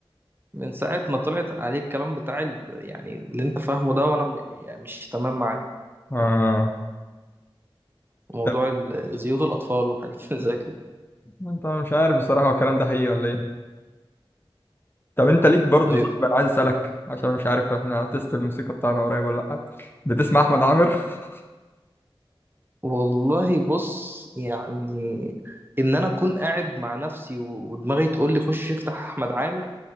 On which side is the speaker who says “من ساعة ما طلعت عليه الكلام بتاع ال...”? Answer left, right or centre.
Right